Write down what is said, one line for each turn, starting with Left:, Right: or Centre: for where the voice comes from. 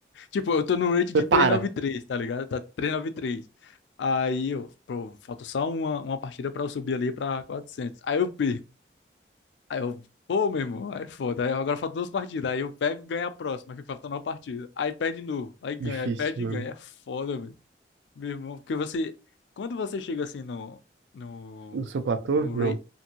Left: Tipo, eu tô no rate
Right: Prepara.
Left: de trezentos e noventa e três tá ligado? Tá trezentos e noventa e três Aí eu, pô, falta só uma, uma partida pra eu subir ali pra quatrocentos Aí eu perco. Aí eu, pô, meu irmão, aí é foda. Aí agora falta duas partidas. Aí eu pego, ganho a próxima, aí fica faltando uma partida. Aí perde de novo, aí ganha,
Right: Difícil,
Left: aí perde
Right: mano.
Left: e ganha. É foda, velho. Meu irmão, porque você, quando você chega assim no, no,
Right: No seu platô?
Left: no,
Right: Não.
Left: ra-